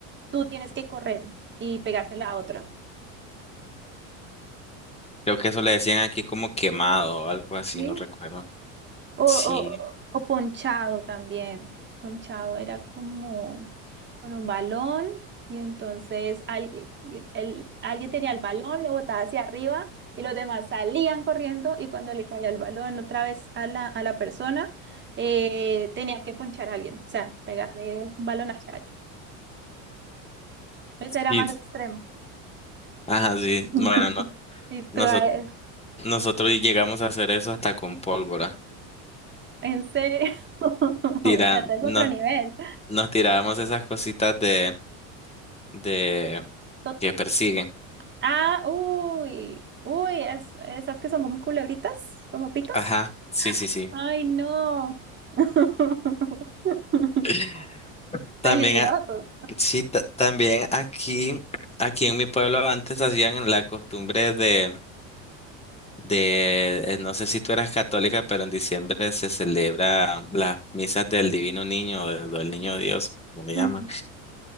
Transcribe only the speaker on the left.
Creo que eso le decían aquí como quemado o algo así,
no recuerdo.
Sí,
sí.
Ajá, sí.
Bueno, no,
nosotros,
nosotros llegamos a hacer eso hasta con pólvora.
Tira,
nos,
nos tirábamos esas cositas de, de
que persiguen.
Ajá, sí, sí, sí.
<laughs> También
Sí, ta- también aquí, aquí en mi pueblo antes hacían la costumbre de, de, eh, no sé si tú eras católica, pero en diciembre se celebra las misas del Divino Niño, o del del Niño Dios, como le
llaman,